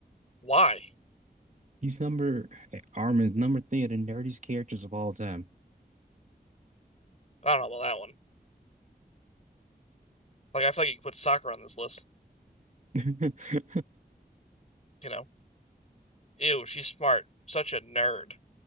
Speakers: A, on the left (about 40°); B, on the right (about 45°).
A: "Why?"
B: He's number Armin's number three of the nerdiest characters of all time.
A: I don't know about that one. Like, I feel like you could put soccer on this list.
B: <laughs>
A: You know, ew, she's smart. Such a nerd.